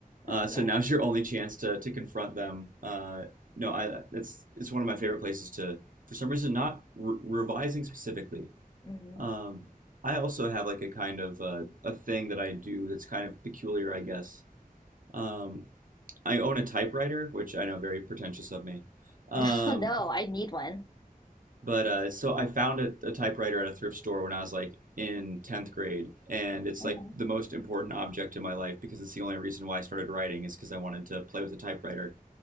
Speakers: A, on the right; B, on the left.
A: Uh,
B: yeah.
A: so now's your only chance to to confront them. Uh, no, I it's it's one of my favorite places to. For some reason, not re- revising specifically,
B: hmm
A: Um, I also have like a kind of uh, a thing that I do that's kind of peculiar, I guess. Um, I own a typewriter, which I know very pretentious of me. Um,
B: <laughs> No, I need one.
A: but uh, so I found a, a typewriter at a thrift store when I was like in 10th grade, and it's
B: hmm
A: like the most important object in my life because it's the only reason why I started writing is because I wanted to play with a typewriter,